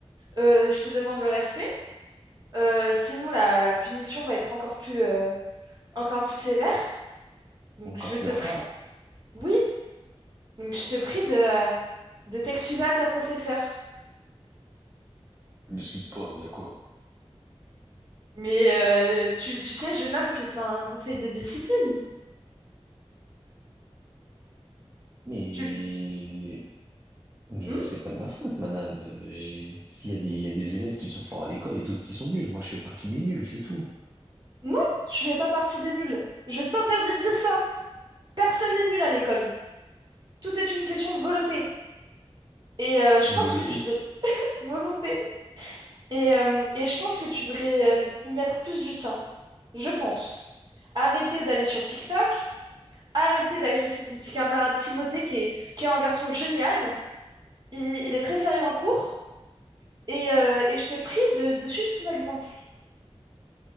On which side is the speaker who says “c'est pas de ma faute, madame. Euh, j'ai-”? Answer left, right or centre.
Right